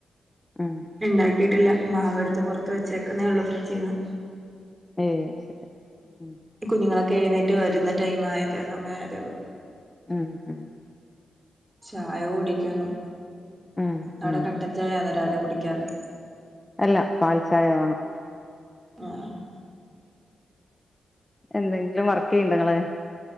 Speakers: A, on the left (about 15°); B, on the right (about 15°).
A: ഉം
B: ഇണ്ടാക്കിയിട്ടില്ല, മാവ് എടുത്ത് പൊറത്ത് വച്ചേക്കുന്നേ ഉള്ളൂ ഫ്രിഡ്ജീന്ന്.
A: ഏ ശരി ഉം
B: കുഞ്ഞുങ്ങളൊക്കെ എഴുന്നേറ്റ് വരുന്ന ടൈം ആയത് സമയ ആയതേ ഒള്ളൂ
A: ഉം ഉം
B: ചായ കുടിക്കുന്നു
A: ഉം
B: അവിടെ
A: ഉം
B: കട്ടൻ
A: ഉം
B: ചായയന്ന് രാവിലെ കുടിക്കാറ്
A: അല്ല പാൽ ചായ വേണം
B: ആഹ്
A: എന്തെങ്കിലും വർക്ക് ചെയ്യ്ണ്ടങ്ങള്